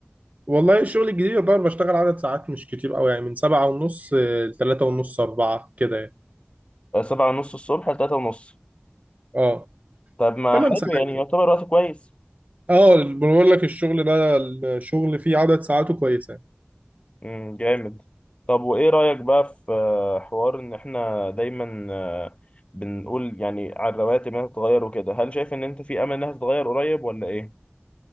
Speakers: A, on the right; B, on the left.
A: والله الشغل الجديد يعتبر بشتغل عدد ساعات مش كتير قوي يعني من سبعة ونص لتلاتة ونص أربعة كده يعني
B: آه، سبعة ونص الصبح لتلاتة ونص
A: اه
B: طب ما
A: تمن
B: حلو
A: ساعات
B: يعني يعتبر وقت كويس
A: اه بقول لك الشغل ده الشغل فيه عدد ساعاته كويسة يعني.
B: امم جامد طب وايه رأيك بقى في آه، حوار ان احنا دايما آه، بنقول يعني على الرواتب انها تتغير وكده هل شايف ان انت في امل انها تتغير قريب ولا ايه